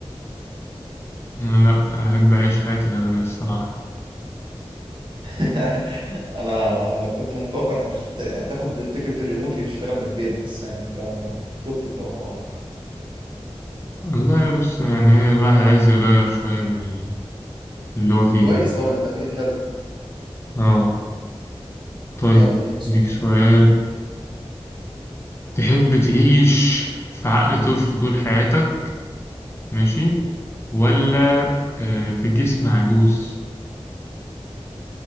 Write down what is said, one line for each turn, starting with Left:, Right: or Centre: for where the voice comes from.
Left: لا أحب أعيش حياة الأغنياء الصراحة
Right: <laughs> أنا كنت متوقع إنك تشت... تاخد فكرة الريموتلي وتشتغل من البيت بس يعني أنت فوقت التوقعات
Left: والله بص يعني إيه الواحد عايز يغير شوية من ال- من اللي هو فيه
Right: كويس
Left: يعني
Right: طبعا التغيير حلو
Left: آه طيب
Right: يلا اديني سؤال
Left: ديك سؤال تحب تعيش في عقل طفل طول حياتك ماشي ولا آه، في جسم عجوز